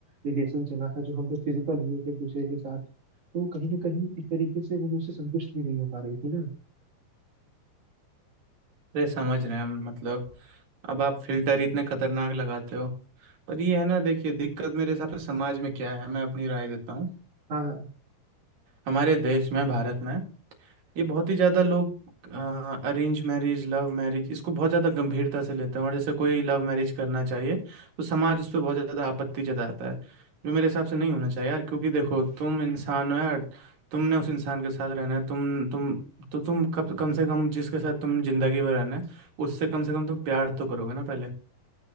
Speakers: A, on the right (about 40°); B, on the right (about 60°).
A: रिलेशन चला था जो हम लोग फिजिकल हुए थे एक दूसरे के साथ तो कहीं ना कहीं एक तरीके से वो मुझसे संतुष्ट भी नहीं हो पा रही थी ना
B: अरे समझ रहे हैं हम मतलब अब आप फिल्टर ही इतने खतरनाक लगाते हो पर ये है ना देखिए दिक्कत मेरे हिसाब से समाज में क्या है मैं अपनी राय देता हूँ
A: हाँ हाँ
B: हमारे देश में भारत में ये बहुत ही ज्यादा लोग अरेंज मैरिज लव मैरिज इसको बहुत ज्यादा गंभीरता से लेते हैं और जैसे कोई लव मैरिज करना चाहिए तो समाज इस पे बहुत ज्यादा आपत्ति जताता है जो मेरे हिसाब से नहीं होना चाहिए यार क्योंकि देखो तुम इंसान हो यार तुमने उस इंसान के साथ रहना है तुम तुम तो तुम कब कम से कम जिसके साथ तुम जिंदगी भर रहना है उससे कम से कम तुम प्यार तो करोगे ना पहले